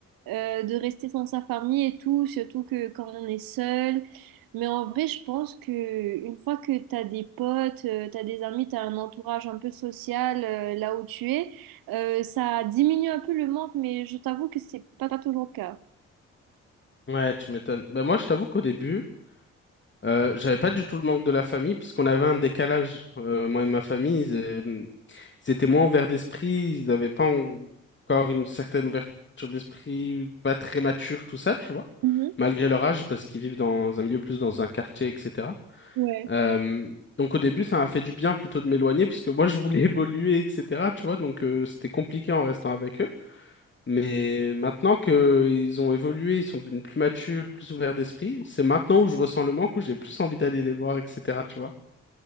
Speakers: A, on the right; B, on the left.
A: euh, de rester sans sa famille et tout, surtout que quand on est seul. Mais en vrai, je pense que une fois que t'as des potes, euh, t'as des amis, t'as un entourage un peu social euh, là où tu es, euh, ça diminue un peu le manque. Mais je t'avoue que c'est pas, pas toujours le cas.
B: Ouais, tu m'étonnes. Ben moi, je t'avoue qu'au début, euh, j'avais pas du tout le manque de la famille parce qu'on avait un décalage. Euh, moi et ma famille, ils, euh, ils étaient moins ouverts d'esprit, ils n'avaient pas encore une certaine ouverture d'esprit, pas très mature, tout ça, tu vois,
A: Mhm.
B: malgré leur âge parce qu'ils vivent dans un milieu plus dans un quartier, etc.
A: Ouais.
B: Euh, donc au début, ça m'a fait du bien plutôt de m'éloigner parce que moi je voulais <laughs> évoluer, etc. Tu vois, donc euh, c'était compliqué en restant avec eux. Mais maintenant que ils ont évolué, ils sont devenus plus matures, plus ouverts d'esprit, c'est maintenant où je ressens le manque, où j'ai plus envie d'aller les voir, etc. Tu vois.